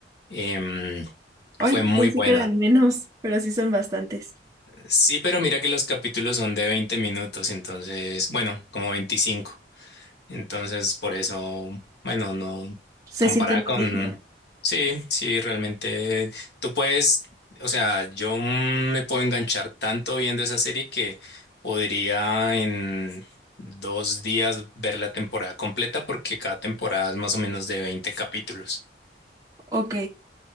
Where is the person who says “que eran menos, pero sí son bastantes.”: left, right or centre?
Right